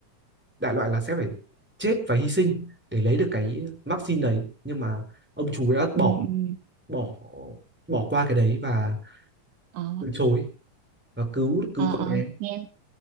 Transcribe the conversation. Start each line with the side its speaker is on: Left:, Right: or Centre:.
Centre: đại loại là sẽ phải chết và hy sinh để lấy được cái vaccine đấy nhưng mà ông chú đã bỏ
Right: Ừ. Ừ.
Centre: bỏ bỏ qua cái đấy và
Right: Ờ.
Centre: từ chối và cứu cứu
Right: ờ ờ
Centre: con bé
Right: nghe